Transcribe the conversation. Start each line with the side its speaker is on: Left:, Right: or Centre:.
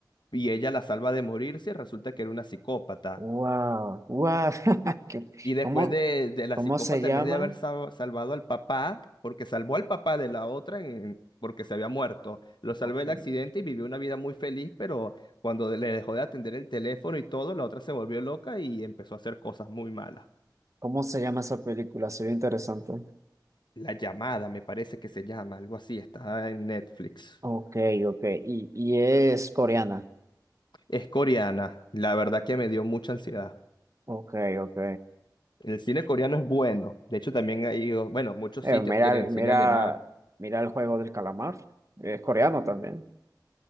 Left: y ella la salva de morirse y resulta que era una psicópata.
Right: Wow. Wow. <laughs> ¿Qué-
Left: Y después
Right: ¿Cómo,
Left: de, de la
Right: cómo
Left: psicópata,
Right: se llama?
Left: en vez de haber sal- salvado al papá, porque salvó al papá de la otra en- porque se había muerto, lo salvó
Right: Ok.
Left: del accidente y vivió una vida muy feliz, pero cuando le dejó de atender el teléfono y todo, la otra se volvió loca y empezó a hacer cosas muy malas.
Right: ¿Cómo se llama esa película? Se ve interesante.
Left: La llamada, me parece que se llama, algo así, está en Netflix.
Right: Ok, ok. Y, y es coreana.
Left: Es coreana, la verdad que me dio mucha ansiedad.
Right: Ok, ok.
Left: El cine coreano es bueno, de hecho también hay, bueno, muchos
Right: Eh,
Left: sitios
Right: mira,
Left: tienen el
Right: mira,
Left: cine alemán.
Right: mira el juego del calamar. Es coreano también.